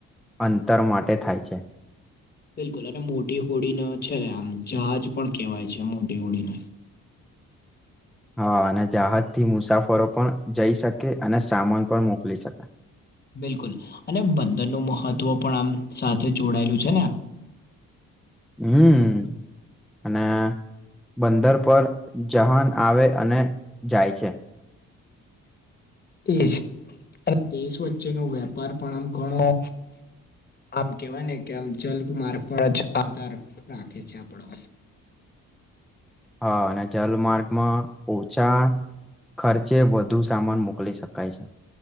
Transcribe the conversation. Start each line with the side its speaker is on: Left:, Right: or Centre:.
Centre: અંતર માટે થાય છે.
Left: બિલકુલ અને મોટી હોડી ન છે, ને આમ જહાજ પણ કહેવાય છે, મોટી હોડીને
Centre: હ અને જહાજથી મુસાફરો પણ જઈ શકે અને સામાન પણ મોકલી શકે.
Left: બિલકુલ અને બંધનનું મહત્વ પણ આમ સાથે જોડાયેલું છે, ને
Centre: હમ અને બંદર પર જહાન આવે અને જાય છે.
Left: એજ અને દેશ વચ્ચેનો વેપાર પણ આમ ઘણો આમ કેવાય ને કે આમ જલ માર્ગ પણ જ આધાર રાખે છે, આપણો
Centre: હ અને જલમાર્ગમાં ઓછા ખર્ચે વધુ સામાન મોકલી શકાય છે.